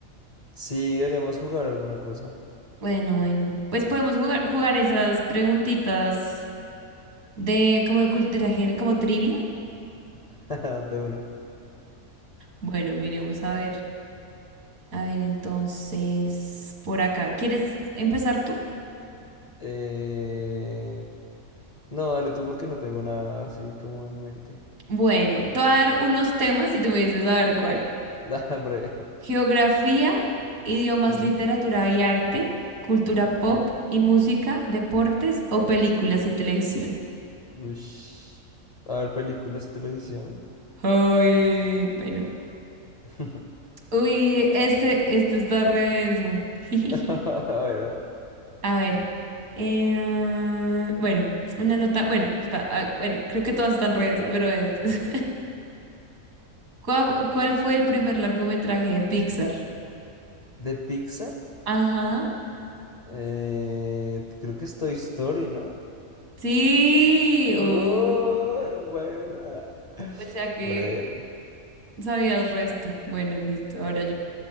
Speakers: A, on the left; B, on the right.
A: sí, deberíamos jugar alguna cosa.
B: Bueno, bueno, pues podemos jugar, jugar esas preguntitas de como de cultura, gen- como trivia.
A: <laughs> De una.
B: Bueno, miremos a ver. A ver, entonces, por acá. ¿Quieres empezar tú?
A: Eh... No, dale tú porque no tengo nada así como en mente.
B: Bueno, te voy a dar unos temas y tú me dices a ver cuál.
A: <laughs> Da, hombre.
B: Geografía, idiomas,
A: Mm,
B: literatura y arte, cultura
A: ok.
B: pop y música, deportes o películas y televisión.
A: Ush. A ver, películas y televisión.
B: Ay, bueno.
A: <laughs>
B: Uy, este, este está re denso. <laughs>
A: A ver, a ver.
B: A ver. eh, bueno, una nota. Bueno, espa- ah, bueno, creo que todas están re densas, pero es- <laughs> ¿Cuál, cuál fue el primer largometraje de Pixar?
A: ¿De Pixar?
B: Ajá.
A: Eh, creo que es Toy Story, ¿no?
B: Sí.
A: Uy,
B: uh,
A: buena.
B: o sea que.
A: Hombre.
B: Sabías resto. Bueno, listo, ahora yo.